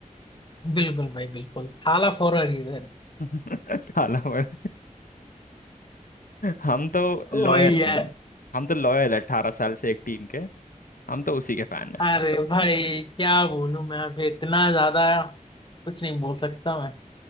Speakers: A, on the left; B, on the left.
A: बिल्कुल भाई बिल्कुल हाला फॉर अ रीजन
B: <laughs> काला मर- हम तो लॉयल
A: वही है
B: हैं हम तो लॉयल है अठारह साल से एक टीम के हम तो उसी के फैन हैं
A: अरे भाई क्या बोलूं मैं अभी इतना ज्यादा कुछ नहीं बोल सकता मैं